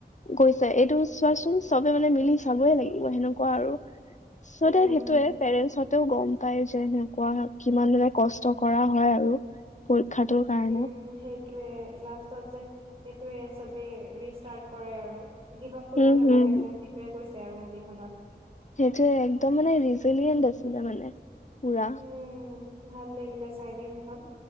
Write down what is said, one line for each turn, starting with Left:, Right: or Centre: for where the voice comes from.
Right: উম
Left: গৈছে এইটো চোৱাচোন চবে মানে মিলি চাবই লাগিব সেনেকুৱা আৰু। চ'
Right: উম
Left: দে সেইটোয়ে পেৰেন্টচ হতেও গম পায় যে সেনেকুৱা কিমান মানে কষ্ট কৰা হয় আৰু। পৰীক্ষাটোৰ কাৰণে।
Right: উম, সেইটোৱে লাষ্টত যে এটোৱে চবে ৰিষ্টাৰ্ট কৰে আৰু। গিভ আপ কৰিব
Left: হম
Right: নালাগে
Left: হম
Right: তোমাক সেইটোৱে কৈছে আৰু মুভিখনত।
Left: সেইটোৱে একদম মানে ৰিজিলিয়েণ্ট আছিলে মানে পুৰা।
Right: উম, ভাল লাগিলে চাই দেই সেইখন।